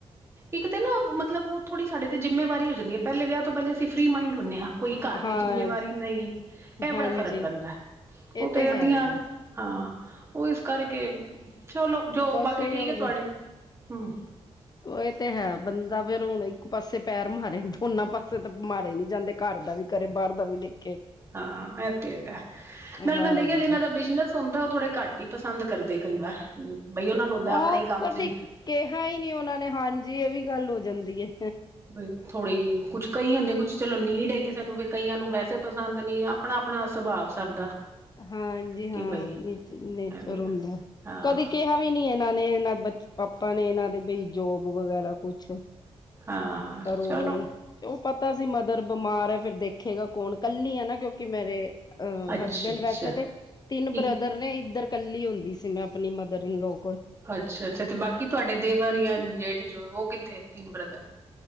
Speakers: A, on the right; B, on the left.
A: ਇੱਕ ਤੇ ਨਾ ਮਤਲਬ ਉਹ ਥੜ੍ਹ ਸਾਡੇ ਤੇ ਜਿ਼ੰਮੇਵਾਰੀ ਜਾਂਦੀ ਹੈ ਪਹਿਲੇ ਵਿਹ ਤੋਂ ਪਹਿਲੇ ਅਸੀਂਰੀ ਮਾਈਡ ਹੁਨੇ ਆ ਕੋਈ ਘਰ
B: ਹਾਂ
A: ਦੀ ਜ਼ਿੰਮੇਵਾਰੀ ਨਹੀਂ ਇਹ ਬੜਾ
B: ਹਾਂਜੀ
A: ਫ਼ਰਕ ਪੈਂਦਾ। ਉਹ
B: ਇਹ
A: ਤੇ
B: ਹੈ
A: ਅਧੀਆਂ
B: ਹੀ ਆ
A: ਹਾਂ ਉਹ ਇਸ ਕਰਕੇ ਚਲੋ ਜੋ
B: ਬਸ
A: ਬਾਕੀ
B: ਇਹ
A: ਠੀਕ
B: ਹੋ
A: ਹੈ
B: ਜਾ
A: ਤੁਹਾਡੀੇ ਹੂੰ
B: ਉਹ ਇਹ ਤੇ ਹੈ ਬੰਦਾ ਫੇਿਰ ਹੁਣ ਇੱਕ ਪਾਸੇ ਪੈਰ ਮਾਰੇ ਦੋਨਾਂ ਪਾਸੇ ਤਾਂ ਮਾਰੇ ਨੀ ਜਾਂਦੇ ਘਰ ਦਾ ਵੀ ਕਰੇ ਬਾਹਰ ਦਾ ਵੀ ਦੇਖ
A: ਹਾਂ ਇਹ ਤੇ ਹੈਗਾ ਨਾਲ
B: ਹਾਂਜੀ
A: ਮੈਂ ਦੇਖਿਆ ਜਿਨਾਂ ਦਾ ਬਿਜਨਸ ਹੁੰਦਾ ਉਹ ਥੋੜੇ ਘੱਟ ਹੀ ਪਸੰਦ ਕਰਦੇ ਕਈ ਵਾਰ ਬਈ ਉਹਨਾਂ ਨੂੰ ਹੁੰਦਾ
B: ਉਹ
A: ਆਪਣੇ ਹੀ ਕੰਮ
B: ਕਦੀ
A: ਚ
B: ਕਿਹਾ ਹੀ ਨਹੀਂ ਉਹਨਾਂ ਨੇ ਹਾਂਜੀ ਇਹ ਵੀ ਗੱਲ ਹੋ ਜਾਂਦੀ ਹੈ
A: ਬਈ ਥੋੜ੍ਹੀ ਕੁਛ ਕਈ ਹੁੰਦੇ ਕੁਛ ਚਲੋ ਨੀਡ ਹੈ ਕਿਸੇ ਨੂੰ ਫ ਕਈਆਂ ਨੂੰ ਵੈਸੇ ਪਸੰਦ ਨੀ ਆਪਣਾ-ਆਪਣਾ ਸੁਭਾਵ ਸਭ ਦਾ
B: ਹਾਂਜੀ ਹਾਂ
A: ਕਿ ਬਈ
B: ਆਪਣੀ ਨੇਚਰ
A: ਹਾਂ
B: ਹੁੰਦਾ ਕਦੇ ਕਿਹਾ ਵੀ ਨੀ ਇਹਨਾਂ ਨੇ, ਇਹਨਾਂ ਬ ਪਾਪਾ ਨੇ ਇਹਨਾਂ ਦੇ ਬਈ ਜੋਬ ਵਗੈਰਾ ਕੁਛ
A: ਹਾਂ,
B: ਕਰੋਗੇ
A: ਚਲੋ
B: ਉਹ ਉਹ ਪਤਾ ਸੀ ਮਦਰ ਬਿਮਾਰ ਹੈ ਫਿਰ ਦੇਖੇਗਾ ਕੌਣ ਕੱਲੀ ਹੈ ਨਾ ਕਿਉਂਕਿ ਮੇਰੇ ਅਹ
A: ਅੱਛਾ
B: ਹਸਬੈਂਡ
A: ਅੱਛਾ
B: ਵੈਸੇ ਤੇ ਤਿੰਨ
A: ਇੱਕ
B: ਬ੍ਰਦਰ ਨੇ ਇੱਧਰ ਕੱਲੀ ਹੁੰਦੀ ਸੀ ਮੈਂ ਆਪਣੀ ਮਦਰ ਇਨਲੋ
A: ਅੱਛਾ-ਅੱਛਾ ਤੇ ਬਾਕੀ ਤੁਹਾਡੇ ਦੇਵਰ ਜਾਂ ਜੇਠ ਜੋ ਉਹ ਕਿੱਥੇ ਤਿੰਨ ਬ੍ਰਦਰ